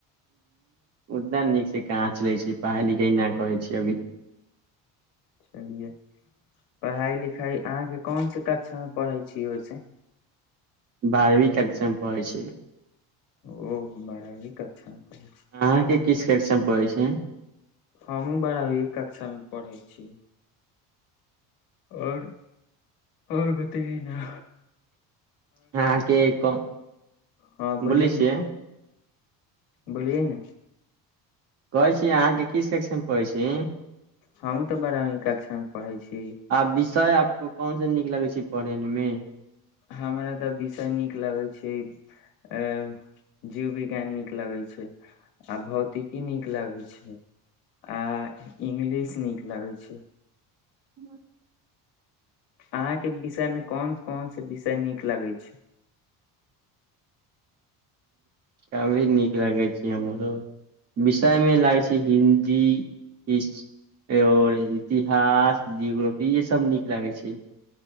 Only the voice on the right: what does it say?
ओद्दे नीक से कहाँ चले छी पढ़ाई लिखाई एहिना करै छी अभी
बारहवीं कक्षा म परहै छी
अहाँके किस कक्षा मे परहै छी
अहाँ के क
बोलै छियै
कहै छी अहाँके की सेक्शन पै छी
आ विषय आपको कोन से नीक लगे छै पढ़े में
<inaudible>
सभी नीक लगै छै हमरो विषय मे लागै छै हिन्दी हीस और इतिहास जियोग्रफी इहे सब नीक लागे छै